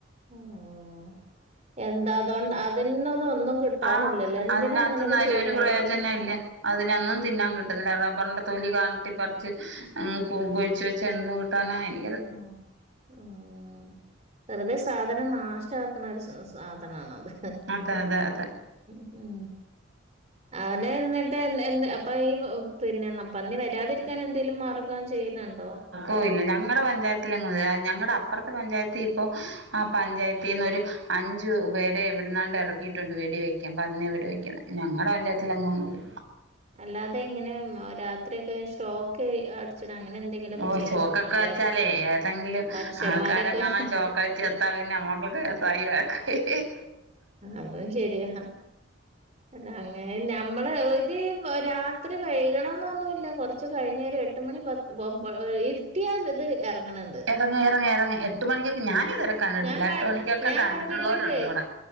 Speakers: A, on the right (about 35°); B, on the right (about 70°).
A: ഊം എന്താ അതൊണ്ട് അതിനൊന്നും ഒന്നും കിട്ടാനില്ലല്ലോ
B: ആഹ്
A: എന്തിനാ
B: അതിനകത്തുന്ന്
A: അങ്ങനൊക്കെ
B: അതിന്
A: ചെയ്യണെലേ
B: ഒരു പ്രയോജനം ഇല്ല അതിനൊന്നും തിന്നാൻ കി ട്ടണില്ല റബ്ബറിന്റെ തൊലി കാണട്ടിപ്പറിച്ച് കുഴിച്ച് വെച്ച് എന്ത് കിട്ടാന എനി
A: ഉം ഉം വെറുതെ സാധനം നാശാക്കണ ഒരു സ -സ് സാധനാണത്.
B: അതെ അതെ അതെ
A: മ് അവിടെ എന്നിട്ട് എന്ത് എന്ത് അപ്പൊ ഈ പിന്നെ ന്ന പന്നി വരാതിരിക്കാൻ
B: മഴ
A: എന്തേലും മാർഗം ചെയ്യുന്നുണ്ടോ?
B: ഓഹ് ഇല്ല ഞങ്ങടെ പഞ്ചായത്തിലെങ്ങൂല്ല ഞങ്ങടെ അപ്പറത്തെ പഞ്ചായത്തി ഇപ്പൊ ആ പഞ്ചായത്തിൽന്നൊര് അഞ്ച് പേരെ ഇവിടുന്നാണ്ട് എറക്കിയിട്ടുണ്ട് വെടി വയ്ക്കാൻ പന്നിയെ വെടിവെക്കാൻ ഞങ്ങടെ പഞ്ചായത്ത് അങ്ങൊന്നില്ല.
A: അല്ലാതെ ഇങ്ങനെ രാത്രിയക്കെ ശ് ഷോക്ക് അടിച്ചിടങ്ങനെ എന്തെങ്കിലൊക്കെ
B: ഓ
A: ചെയ്ത്
B: ചോക്കൊക്കെ
A: വെക്കണല്ലെ
B: വെച്ചാലേ ഏതെങ്കിലും
A: മനുഷ്യന്മാരൊക്കെ
B: ആൾക്കാരെങ്ങാനും ചോക്കടിച്ച് ചത്താ പിന്നെ നമ്മക്കൊക്കെ കേസായി വഴക്കായി
A: അതും ശരിയാ അല്ലാ അങ്ങനല്ല നമ്മള് ഇത് രാത്രി വൈകണം എന്നൊന്നുല്ല കൊറച്ച് കഴിഞ്ഞ ഒരു എട്ട് മണി പത്ത് പ പ ഇരു കിട്ടിയ ഇത് ഇറങ്ങണണ്ട്
B: ഇറങ്ങ് ഇറങ്ങ് ഇറങ്ങ് എട്ട് മണിക്കൊക്കെ ഞാനിതുവരെ കണ്ടിട്ടില്ല
A: ഞാൻ കാ
B: എട്ട് മണിക്കൊക്കെ
A: ഞാൻ
B: കണ്ടിട്ടുള്ളവരുണ്ട്
A: കണ്ടിട്ടുണ്ട്
B: ഇവിടെ